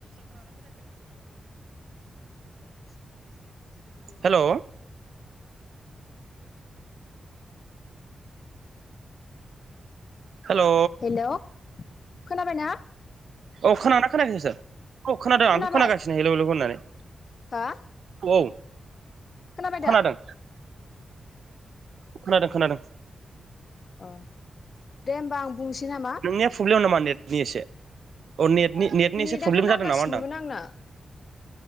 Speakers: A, on the left (about 45°); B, on the right (about 60°).
A: <inaudible>
B: हेलौ हेलौ
A: हेलौ खोनाबायना?
B: औ खोनादोंना खोनायाखै नोंसार औ खोनादों
A: खोनाबाय
B: आंथ' खोनागासिनो हेलौ हेलौ होननानै।
A: हा?
B: औ
A: खोनाबाय
B: खोनादों
A: दा?
B: खोनादों खोनादों।
A: अ दे होमबा आं बुंसै नामा
B: नोंनिया फ्लब्लेम नामा नेटनि एसे अ नेट नि नेटनि
A: नेटआथ'
B: एसे प्रब्लेम
A: नांगासिनोमोन
B: जादों नामा होनदां?
A: आंना